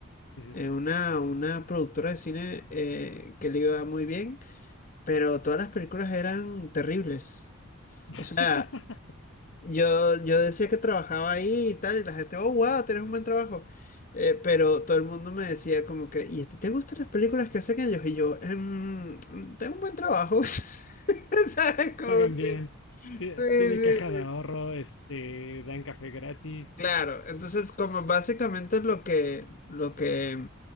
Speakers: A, on the left (about 60°); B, on the left (about 40°).
A: ujú.
B: eh, una, una productora de cine eh, que le iba muy bien, pero todas las películas eran terribles.
A: <laughs>
B: O sea, yo, yo decía que trabajaba ahí y tal, y la gente, oh, wow, tenés un buen trabajo. Eh, pero todo el mundo me decía como que, ¿y a ti te gustan las películas que hacen ellos? Y yo, "Em, tengo un buen trabajo. <laughs> ¿Sabes? Como
A: Pagan bien,
B: que... Sí,
A: tie-
B: sí,
A: tiene caja
B: sí.
A: de ahorro, este, dan café gratis.
B: Claro, entonces como básicamente lo que, lo que